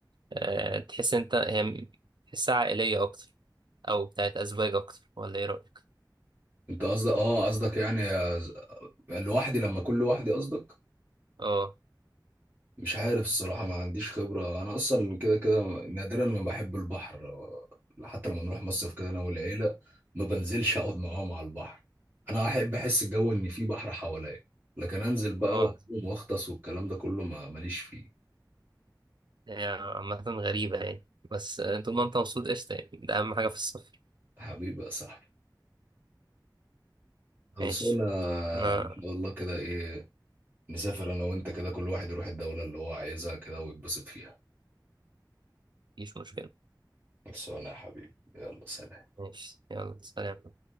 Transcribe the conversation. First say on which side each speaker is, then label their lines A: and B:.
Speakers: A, on the right; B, on the right.
A: آه، تحس أنت هي تحسها عائلية أكتر أو بتاعت أزواج أكتر ولا إيه رأيك؟
B: أنت قصدك آه قصدك يعني يا- لوحدي لما أكون لوحدي قصدك
A: اه
B: مش عارف الصراحة ما عنديش خبرة أنا أصلا كده كده نادرا ما بحب البحر حتى لما نروح مصيف كده أنا والعيلة ما بنزلش أقعد معاهم على البحر أنا أحب أحس الجو إن في بحر حواليا لكن أنزل بقى
A: اه
B: وأقوم وأغطس والكلام ده كله ما ماليش فيه
A: هي عامة غريبة يعني بس طول ما أنت مبسوط قشطة يعني ده أهم حاجة في السفر
B: حبيبي يا صاحبي خلصونا
A: ماشي أنا
B: إن شاء الله كده إيه نسافر أنا وأنت كده كل واحد يروح الدولة اللي هو عايزها كده ويتبسط فيها
A: مفيش مشكلة
B: خلصونا يا حبيبي يلا سلام
A: ماشي يلا سلام